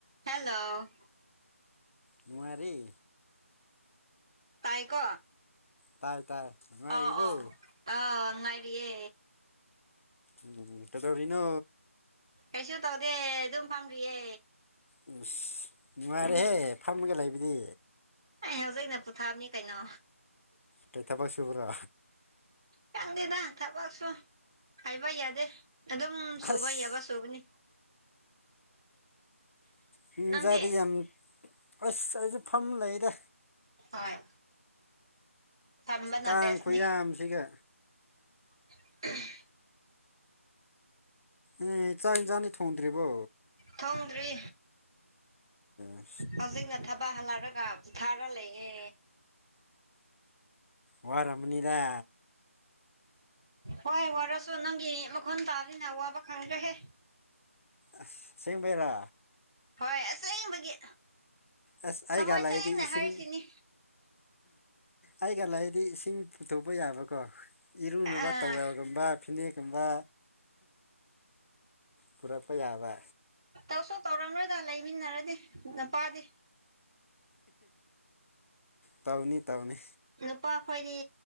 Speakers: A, on the right (about 20°); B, on the left (about 65°).
A: Hello
B: ꯅꯨꯡ ꯉꯥꯏꯔꯤ
A: ꯇꯥꯏꯀꯣ
B: ꯇꯥꯏ ꯇꯥꯏ ꯅꯨꯡꯉꯥꯏꯔꯤꯕꯣ
A: ꯑꯣ ꯑꯣ ꯑ ꯅꯨꯉꯥꯏꯔꯤꯌꯦ
B: ꯎꯝ ꯀꯩꯗꯧꯔꯤꯅꯣ
A: ꯀꯩꯁꯨ ꯇꯧꯗꯦ ꯑꯗꯨꯝ ꯐꯝꯔꯤꯌꯦ
B: ꯎꯝꯁ ꯅꯨꯡꯉꯥꯏꯔꯦꯍꯦ ꯐꯝꯃꯒ ꯂꯩꯕꯗꯤ
A: ꯑꯩ ꯍꯧꯖꯤꯛꯅ ꯄꯨꯊꯥꯕꯅꯤ ꯀꯩꯅꯣ
B: ꯀꯩ ꯊꯕꯛ ꯁꯕꯨꯔꯥ
A: ꯈꯪꯗꯦꯗ ꯊꯕꯛꯁꯨ ꯍꯥꯏꯕ ꯌꯥꯗꯦ ꯑꯗꯨꯝ ꯁꯨꯕ
B: ꯑꯁ
A: ꯌꯥꯕ ꯁꯨꯕꯅꯤ
B: ꯃꯤꯃꯆꯥꯗꯤ
A: ꯅꯪꯗꯤ
B: ꯌꯥꯝ ꯑꯁ ꯑꯩꯁꯨ ꯐꯝ ꯂꯩꯗ
A: ꯍꫭꯏ ꯇꯝꯕꯅ
B: ꯀꯥꯡ
A: ꯕꯦꯁꯅꯤ
B: ꯈꯨꯌꯥꯝꯁꯤꯒ
A: <unintelligible>
B: ꯑꯦ ꯆꯥꯛ ꯏꯟꯖꯥꯟꯅꯤ ꯊꯣꯡꯗ꯭ꯔꯤꯕꯣ
A: ꯊꯣꯡꯗ꯭ꯔꯤ
B: ꯑꯁ
A: ꯍꯧꯖꯤꯛꯅ ꯊꯥ ꯄꯥ ꯍꯜꯂꯛꯔꯒ ꯄꯤꯊꯥꯔ ꯂꯩꯌꯦ
B: ꯋꯥꯔꯝꯃꯅꯤꯗ
A: ꯍꯣꯏ ꯋꯥꯔꯁꯨ ꯅꯪꯒꯤ ꯃꯈꯣꯟ ꯇꯥꯕꯅꯤꯅ ꯋꯥꯕ ꯈꯪꯗ꯭ꯔꯦꯍꯦ
B: ꯑꯁ ꯁꯦꯡꯕꯩꯔꯥ
A: ꯍꯣꯏ ꯑꯁꯦꯡꯕꯒꯤ
B: ꯑꯦꯁ ꯑꯩꯒ
A: ꯊꯃꯣꯏ
B: ꯂꯩꯔꯗꯤ
A: ꯁꯦꯡꯅ
B: ꯏꯁꯤꯡ
A: ꯍꯥꯏꯔꯤꯁꯤꯅꯤ
B: ꯑꯩꯒ ꯂꯩꯔꯗꯤ ꯏꯁꯤꯡ ꯄꯨꯊꯣꯛꯄ ꯌꯥꯕꯀꯣ ꯏꯔꯨꯅꯕ
A: ꯑꯥ
B: ꯇꯧꯋꯦꯜꯒꯨꯝꯕ ꯐꯤꯅꯦꯛꯀꯨꯝꯕ ꯄꯨꯔꯛꯄ ꯌꯥꯕ
A: ꯇꯧꯁꯨ ꯇꯧꯔꯝꯂꯣꯏꯗ ꯂꯩꯃꯤꯟꯅꯔꯗꯤ ꯅꯨꯄꯥꯗꯤ
B: ꯇꯧꯅꯤ ꯇꯧꯅꯤ
A: ꯅꯨꯄꯥꯈꯣꯏꯗꯤ